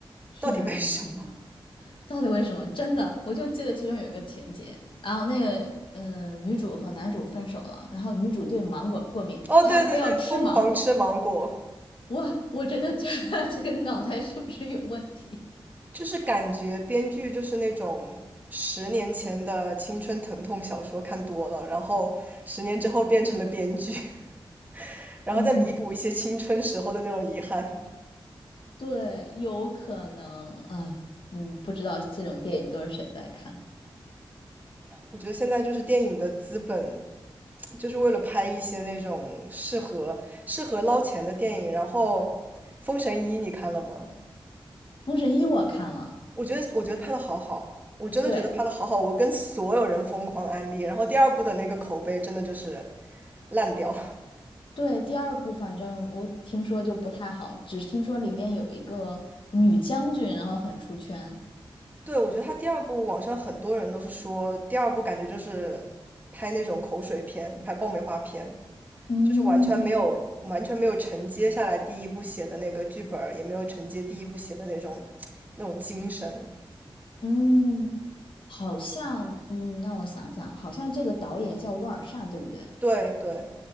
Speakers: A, on the left (about 70°); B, on the right (about 20°).
A: 天
B: 到底为什么？
A: 呐！到底为什么？真的，我就记得其中有一个情节，然后那个嗯，女主和男主分手了，然后女主对芒果过敏，
B: <laughs> 哦，
A: 她还非要吃芒果，
B: 对对对，疯狂吃芒果。
A: 我我真的觉得这个脑袋是不是有问题？
B: 就是感觉编剧就是那种十年前的青春疼痛小说看多了，然后十年之后变成了编剧，<laughs> 然后再弥补一些青春时候的那种遗憾。
A: <laughs> 嗯，对，有可能啊，嗯，不知道这种电影都是谁在看。
B: 我觉得现在就是电影的资本，就是为了拍一些那种适合适合捞钱的电影。然后《封神一》你看了吗？
A: 《封神一》我看了，
B: 我觉得我觉得拍的好好，我真的觉得拍的好好，
A: 对
B: 我跟所有人疯狂安利。然后第二部的那个口碑真的就是烂掉。<laughs>
A: 对，第二部反正我听说就不太好，只是听说里面有一个女将军，然后很出圈。
B: 对，我觉得他第二部，网上很多人都是说，第二部感觉就是拍那种口水片，拍爆米花片，
A: 嗯，
B: 就是完全没有完全没有承接下来第一部写的那个剧本儿也没有承接第一部写的那种那种精神。
A: 嗯，好像，嗯，让我想想，好像这个导演叫沃尔善，对不对？
B: 对对